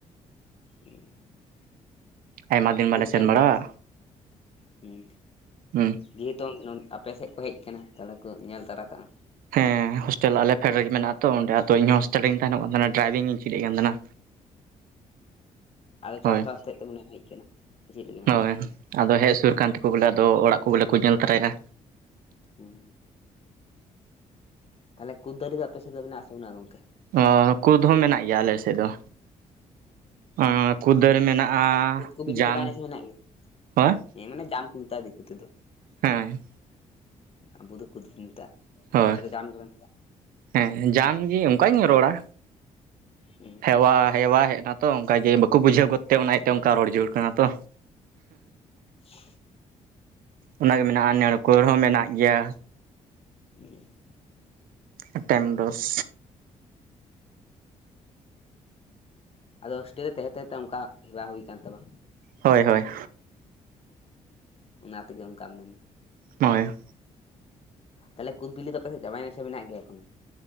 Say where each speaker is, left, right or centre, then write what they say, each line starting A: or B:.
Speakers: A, on the left (about 40°); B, on the right (about 80°).
A: <unintelligible>
B: ᱟᱭᱢᱟ
A: ᱟᱨ
B: ᱫᱤᱱ
A: ᱠᱩᱫ
B: ᱵᱟᱞᱮ ᱥᱮᱱ
A: ᱫᱟᱨᱮ
B: ᱵᱟᱲᱟᱜᱼᱟ
A: ᱫᱚ ᱟᱯᱮ ᱥᱮᱫ ᱦᱩᱸ
B: ᱦᱩᱸ
A: ᱵᱤᱨᱼᱼ <unintelligible> ᱟᱯᱮ ᱥᱮᱫ ᱠᱚ ᱦᱮᱡ ᱟᱠᱟᱱᱟ ᱛᱟᱦᱚᱞᱮ ᱠᱚ ᱧᱮᱞ ᱛᱟᱨᱟ ᱠᱟᱜᱼᱟ
B: ᱦᱮᱸ ᱦᱳᱥᱴᱮᱞ ᱟᱞᱮ ᱯᱷᱮᱰ ᱨᱮᱜᱮ ᱢᱮᱱᱟᱜᱼᱟ ᱛᱚ ᱚᱸᱰᱮ ᱟᱫᱚ ᱤᱧ ᱦᱚᱸ ᱦᱳᱥᱴᱮᱞ ᱨᱤᱧ ᱛᱟᱦᱮᱱᱚᱜ ᱠᱟᱱ ᱛᱟᱦᱮᱱᱟ ᱰᱨᱟᱭᱵᱤᱝ ᱤᱧ ᱪᱮᱫ ᱮᱫ ᱠᱟᱱ ᱛᱟᱦᱮᱱᱟ
A: ᱟᱫᱚ ᱪᱟᱥ
B: ᱦᱳᱭ
A: ᱵᱟᱥ ᱟᱛᱮᱫ ᱛᱮ ᱢᱟᱱᱮᱢ ᱦᱮᱡ ᱟᱠᱟᱱᱟ ᱥᱮ ᱪᱮᱫ ᱞᱟᱹᱜᱤᱫ ᱮᱢ
B: ᱦᱳᱭ
A: ᱦᱮᱡ ᱟᱠᱟᱱᱟ
B: ᱟᱫᱚ ᱦᱮᱡ ᱥᱩᱨ ᱟᱠᱟᱱ ᱛᱮᱠᱚ ᱵᱚᱞᱮ ᱟᱫᱚ ᱚᱲᱟᱜ ᱠᱚ ᱵᱚᱞᱮ ᱠᱚ ᱧᱮᱞ ᱛᱟᱨᱟᱭᱟ
A: ᱦᱩᱸ ᱛᱟᱦᱚᱞᱮ ᱠᱩᱫ ᱫᱟᱨᱮ ᱫᱚ ᱟᱯᱮ ᱥᱮᱫ ᱫᱚ ᱢᱮᱱᱟᱜᱼᱟ ᱥᱮ ᱵᱟᱹᱱᱩᱜᱼᱟ ᱜᱚᱝᱠᱮ
B: ᱚᱻ ᱠᱩᱫᱽ ᱦᱚᱸ ᱢᱮᱱᱟᱜ ᱜᱮᱭᱟ ᱟᱞᱮ ᱥᱮᱫ ᱫᱚ᱾ ᱚᱸ ᱠᱩᱫᱽ ᱫᱟᱨᱮ ᱢᱮᱱᱟᱜ ᱼᱟ
A: ᱛᱟᱦᱚᱞᱮ ᱠᱩᱫ ᱠᱚ ᱵᱤᱞᱤ
B: ᱡᱟᱢ
A: ᱪᱟᱵᱟᱭᱮᱱᱟ ᱥᱮ ᱢᱮᱱᱟᱜ ᱜᱮᱭᱟ?
B: ᱯᱟᱸ
A: ᱦᱮᱸ ᱢᱟᱱᱮ ᱡᱟᱢ ᱠᱚ, ᱢᱮᱛᱟᱜᱼᱟ᱾ ᱫᱤᱠᱩ ᱛᱮᱫᱚ᱾
B: ᱦᱮᱸ
A: ᱟᱵᱚ ᱫᱚ ᱠᱩᱫᱽ ᱵᱚᱱ ᱢᱮᱛᱟᱜᱼᱟ ᱾
B: ᱦᱳᱭ
A: ᱟᱯᱮ ᱫᱚ ᱡᱟᱢ ᱜᱮᱯᱮ ᱢᱮᱛᱟᱜᱼᱟ?
B: ᱦᱮᱸ ᱡᱟᱢ ᱜᱮ, ᱚᱱᱠᱟᱧ ᱨᱚᱲᱟ᱾
A: ᱦᱩᱸ
B: ᱦᱮᱣᱟ - ᱦᱮᱣᱟ ᱦᱮᱡᱱᱟ -ᱛᱚ ᱚᱱᱠᱟᱜᱮ ᱵᱟᱠᱚ ᱵᱩᱡᱷᱽᱟᱹᱣ ᱜᱚᱫᱛᱮ, ᱚᱱᱟ ᱤᱭᱟᱹᱛᱮ ᱚᱱᱠᱟ ᱨᱚᱲ ᱡᱩᱨᱩᱲ ᱠᱟᱱᱟ ᱛᱚ᱾
A: <inaudible>
B: ᱚᱱᱟᱜᱮ ᱢᱮᱱᱟᱜᱼᱟ᱾ ᱱᱟᱲᱸᱠᱳᱞ ᱦᱚᱸ ᱢᱮᱱᱟᱜ ᱜᱮᱭᱟ᱾
A: ᱦᱩᱸ
B: ᱮᱴᱮᱱᱰᱚᱥ
A: ᱟᱫᱚ ᱦᱳᱥᱴᱮᱞ ᱨᱮ ᱛᱟᱦᱮᱸ- ᱛᱟᱦᱮᱸ ᱛᱮ ᱚᱱᱠᱟ ᱦᱮᱣᱟᱸ ᱦᱩᱭ ᱟᱠᱟᱱ ᱛᱟᱢᱟ᱾
B: ᱦᱳᱭ, ᱦᱳᱭ
A: ᱚᱱᱟ ᱛᱮᱜᱮ ᱚᱱᱠᱟᱢ ᱢᱮᱱᱟ᱾
B: ᱱᱚᱜᱼᱚᱭ
A: ᱛᱟᱦᱚᱞᱮ ᱠᱩᱫᱽ ᱵᱤᱞᱤ ᱫᱚ, ᱟᱯᱮᱥᱮᱫ ᱪᱟᱵᱟᱭᱮᱱᱟ᱾ ᱥᱮ ᱢᱮᱱᱟᱜ ᱜᱮᱭᱟ ᱤᱠᱷᱚᱱ?